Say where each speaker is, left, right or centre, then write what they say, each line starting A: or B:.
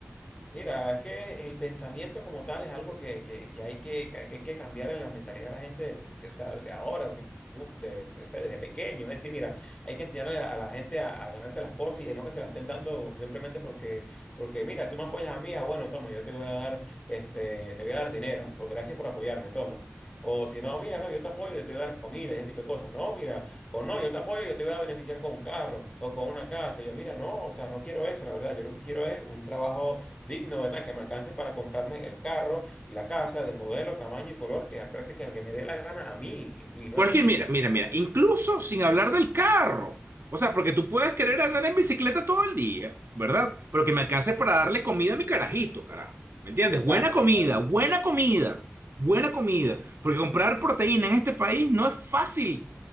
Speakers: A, on the left; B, on the right.
A: Mira, es que el pensamiento como tal es algo que, que- que hay que, que hay que cambiar en la mentalidad de la gente, de, de- o sea, de ahora, de- de- de- o sea, desde pequeño. Es decir, mira, hay que enseñarle a la gente a, a ganarse las cosas y no que se las estén dando simplemente porque, porque mira, tú me apoyas a mí, ah, bueno, toma, yo te voy a dar, este, te voy a dar dinero, pues gracias por apoyarme, toma. O si no, mira, no, yo te apoyo, yo te voy a dar comida y ese tipo de cosas. No, mira, o no, yo te apoyo, yo te voy a beneficiar con un carro o con una casa. Yo, mira, no, o sea, no quiero eso, la verdad, yo lo que quiero es un trabajo digno, ¿verdad? Que me alcance para comprarme el carro y la casa de modelo, tamaño y color que apriete que, que me dé la gana a mí y no
B: Porque
A: a ti.
B: mira, mira, mira, incluso sin hablar del carro. O sea, porque tú puedes querer andar en bicicleta todo el día, ¿verdad? Pero que me alcance para darle comida a mi carajito, carajo. ¿Me entiendes?
A: Exacto,
B: Buena comida,
A: exacto.
B: buena comida, buena comida. Porque comprar proteína en este país no es fácil.